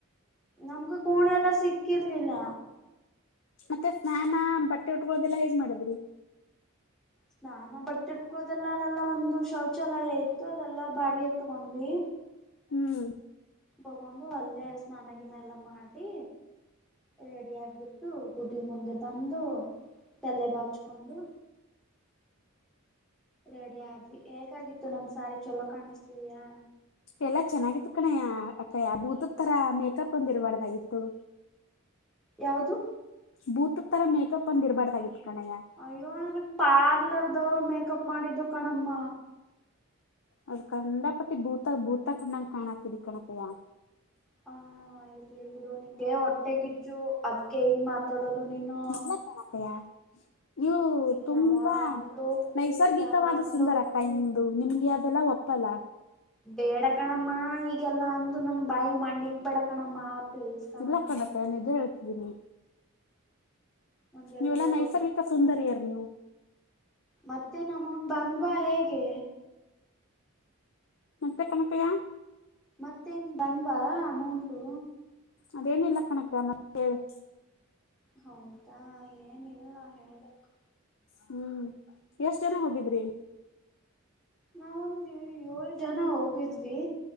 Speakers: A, in the centre; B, on the left (about 65°).
A: ನಮಗು ಕೂಣೆಲ್ಲ ಸಿಕ್ಕಿರ್ಲಿಲ್ಲ
B: ಮತ್ತೆ ಸ್ನಾನ ಬಟ್ಟೆ ಉಟ್ಕೊಳ್ಳೋದೆಲ್ಲಾ ಹೇಗ್ ಮಾಡದ್ರಿ
A: ಸ್ನಾನ ಬಟ್ಟೆ ಇಟ್ಕೊದೆಲ್ಲ ಅಲ್ಲೆಲ್ಲಾ ಒಂದು ಶೌಚಾಲಯ ಇತ್ತು ಅದೆಲ್ಲಾ ಬಾಡಿಗೆ ತಗೊಂಡ್ವಿ
B: ಹ್ಮ್
A: ತಗೊಂಡು ಅಲ್ಲೇ ಸ್ನಾನಗಿನ ಎಲ್ಲ ಮಾಡಿ ರೆಡಿ ಆಗ್ಬಿಟ್ಟು ಗುಡ್ಡಿ ಮುಂದೆ ಬಂದು ತಲೆ ಬಾಚ್ಕೊಂಡು ರೆಡಿ ಆದ್ವಿ ಹೇಗಾಗಿತ್ತು ನಮ್ ಸಾರಿ ಚೊಲೋ ಕಾಣಿಸತಿದಯಾ
B: ಎಲ್ಲಾ ಚೆನ್ನಾಗಿತ್ತು ಕಣಯ ಅಕ್ಕ ಭೂತದ ತರ ಮೇಕಪ್ ಒಂದಿ ಇರಬಾರ್ದಾಗಿತ್ತು
A: ಯಾವದು
B: ಬೂತ ತರ ಮೇಕಪ್ ಒಂದ ಇರ್ಬಾರ್ದಾಗಿತ್ತು ಕಣಯ್ಯ
A: ಅಯ್ಯೋ ನನಗ್ ಪಾರ್ಲರ್ದವ್ರು ಮೇಕಪ್ ಮಾಡಿದ್ದು ಕಣಮ್ಮ
B: ಅದು ಕಂಡಪಟ್ಟಿ ಭೂತ ಭೂತ ಕಂಡಂಗ ಕಾಣಾತರಿ ಕಣಕಯ್ಯ
A: ಹ ಇರ್ಲಿ ಬಿಡು ನಿಂಗೆ ಹೊಟ್ಟೆಗಿಚ್ಚು ಅದ್ಕ ಈಗ್ ಮಾತಾಡೋದು ನೀನು
B: ಇಲ್ಲ ಕಣ ಅಕ್ಕಯ್ಯ ಅಪ್ಪಯಾ ಇವು
A: ನೀನ್
B: ತುಂಬಾ
A: ಯಾವಾಗ್ಲೂ
B: ನೈಸರ್ಗಿಕವಾದ
A: ಯಾವಾಗ್ಲೂ
B: ಸುಂದರ ಕೈಂದು ನಿಮ ಈ ಅದೆಲ್ಲ ಒಪ್ಪಲ್ಲ
A: ಬೇಡ ಕಣಮ್ಮ ಈಗೆಲ್ಲಾ ಅಂದು ನನ್ ಬಾಯಗ್ ಮಣ್ಣ ನಿಕ್ ಬೇಡ ಕಣಮ್ಮ ಪ್ಲೀಸ್ ಕಣಮ್ಮ
B: ಇಲ್ಲಕ್ಕಣಕ ಏನ ಇದೆ ಹೇಳ್ತಿದೀನಿ
A: ನನ್ಗೆಲ್ಲ
B: ನೀವೆಲ್ಲಾ ನೈಸರ್ಗಿಕ ಸುಂದರ್ಯರ ನೀವು
A: ಮತ್ತೆ ನಮೌನ್ ಬಂದ್ವಾ ಹೇಗೆ
B: ಮಂತೆ ಕಣ ಅಕ್ಕಯ್ಯ
A: ಮತ್ತೇನ್ ಬಂದವಾ ಅಮೌಂಟು
B: ಅದೇನಿಲ್ಲ ಕಣಕ ಮತ್ತೆ ಹೇಳಿ
A: ಹೌದಾ ಏನಿಲ್ಲಲ್ಲ ಹೇಳ್ಬೇಕು
B: ಹ್ಮ್ ಎಷ್ಟ ಜನ ಹೋಗಿದ್ರಿ
A: ನಾವೊಂದು ಏಳ ಜನ ಹೋಗಿದ್ವಿ